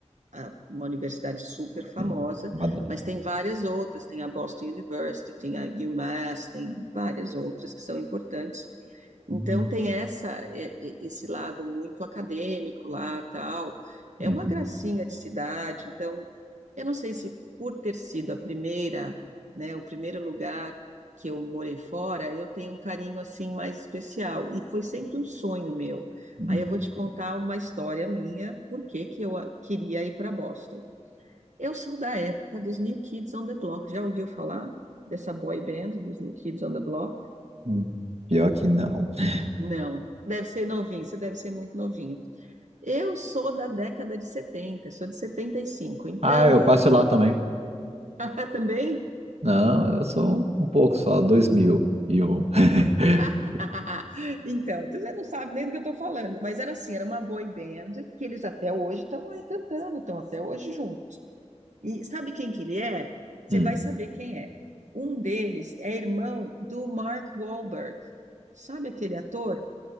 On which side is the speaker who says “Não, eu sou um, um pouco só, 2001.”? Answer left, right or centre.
Right